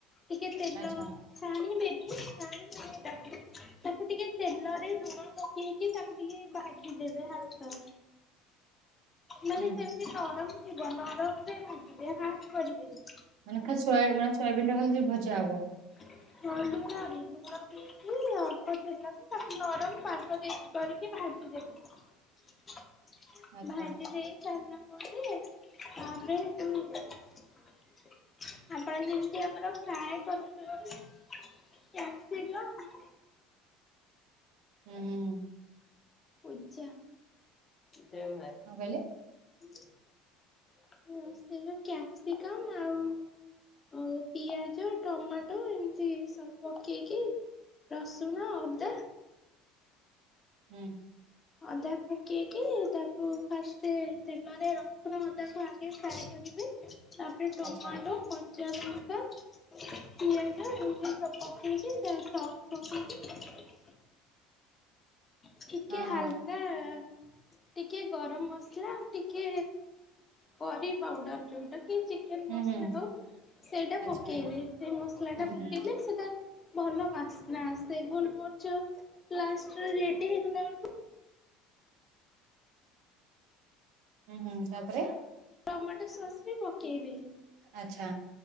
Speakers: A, on the left; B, on the right.
A: ଟିକେ ତେଲ
B: ଆଚ୍ଛା
A: ଛାଣିବେନି ଛାଣିବନି ତାକୁ। ତାକୁ ଟିକେ ତେଲରେ ଲୁଣ ପକେଇକି ତାକୁ ଟିକେ ଭାଜିିଦେବେ ହାଲକା ମାନେ
B: ହୁଁ
A: ସେମିତି ନରମ। ଥିବ ନରମ ରେ ଭାଙ୍ଗିବେ ହାଡ କରିବେନି।
B: ମାନେ ଖାଲି ମାନେ ସୟାବିନ ଟା ଖାଲି ଯ ଭୋଜା ହବ।
A: ହଁ ଲୁଣ ବି ଲୁଣ ଗହିକ ଆ କ ନରମ ପର୍ବ ଦେଇ କରିକି
B: ଆଚ୍ଛା
A: ଭାଜିଦବି। ଭାଜି ଦେଇ ସାରନା ପରେୁ ତାରେୁ ଆପଣ ଯେମିତି ଆମର ଫାଏ କରୁଛ। କ୍ୟାପ୍ସିକମ।
B: ହୁଁ ହୁଁ।
A: ପଜା ପ ମେ
B: କଣ କହିଲେ?
A: ସେ ଯୋଉ କ୍ୟାପ୍ସିକମ୍ ଆଉ ଅ ପିଆଜ। ଟମାଟୋ ଏମିତି ସବୁ ପକେଇକି ରସୁଣ ଅଦା।
B: ହୁଁ।
A: ଅଦା ପକେଇକି ତାକୁ ଫାଷ୍ଟ ତେଲରେ ରସୁଣ ଅଦାକୁ ଆଗ ଖାଇ। ତାପରେ ଟମାଟୋ
B: ଆଚ୍ଛା
A: କ ଚନ ଲଙ୍କା ପିଆଜ ଏମ ସବୁ ପକେଇକି ଦ ସଫ ପକେଇକି ଠିକେ
B: ହଁ
A: ହାଲକା
B: ହଁ
A: ଟିକେ ଗରମ ମସଲା ଆଉ ଟିକେ କରି ପାଉଡର ଗୋଟେ। ଚିକେ ମସଲା
B: ହୁଁ ହୁଁ
A: ହଉ ସେଇଟା
B: ଆଚ୍ଛା
A: ପକେଇବି ସେ ମସଲା
B: ହୁଁ
A: ଟା ପକେଇଲେ
B: ହୁଁ
A: ସେଇଟା ଭଲ ବାସ୍ନା ସେ ଭୋଲମରିଚ ଲା ରେଡି ହେଇଗଲା।
B: ହୁଁ ହୁଁ ତାପରେ
A: ଟମାଟୋ ସସ୍ ବି ପକେଇବି।
B: ଆଛା